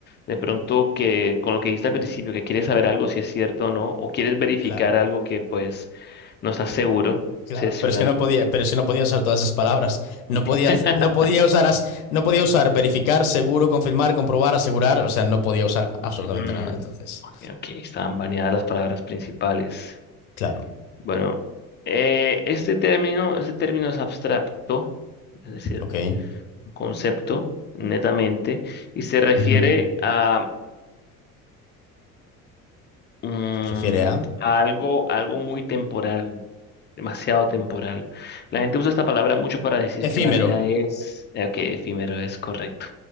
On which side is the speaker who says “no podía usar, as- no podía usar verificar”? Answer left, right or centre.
Left